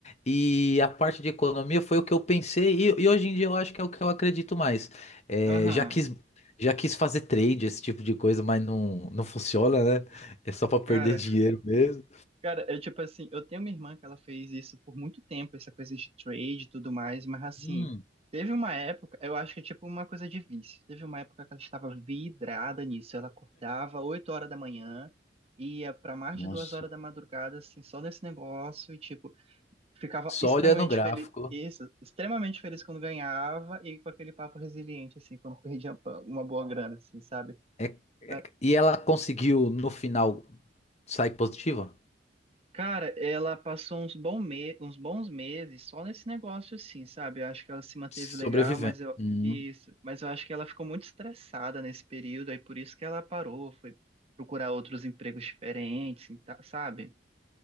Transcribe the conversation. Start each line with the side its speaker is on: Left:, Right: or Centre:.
Left: e a parte de economia foi o que eu pensei, e, e hoje em dia eu acho que é o que eu acredito mais. É,
Right: aham.
Left: já quis, já quis fazer trade, esse tipo de coisa, mas não, não funciona, né? É só para perder
Right: Cara,
Left: dinheiro mesmo.
Right: cara, eu tipo assim, eu tenho uma irmã que ela fez isso por muito tempo, essa coisa de trade e tudo mais, mas assim,
Left: Hum,
Right: teve uma época, eu acho que é tipo uma coisa de vício. Teve uma época que ela estava vidrada nisso, ela acordava 8 horas da manhã, ia pra mais
Left: nossa.
Right: de duas horas da madrugada, assim, só nesse negócio, e tipo, ficava
Left: Só
Right: extremamente
Left: olhando o gráfico.
Right: feliz, isso, extremamente feliz quando ganhava e com aquele papo resiliente, assim, quando perdia uma boa grana, assim, sabe?
Left: É,
Right: Mas,
Left: e ela conseguiu, no final, Sai positiva?
Right: Cara, ela passou uns, bom me- uns bons meses só nesse negócio, assim, sabe? Eu acho que ela se manteve
Left: Sobrevivendo.
Right: legal, mas eu,
Left: Hum,
Right: isso, mas eu acho que ela ficou muito estressada nesse período, aí por isso que ela parou, foi procurar outros empregos diferentes, tá- sabe?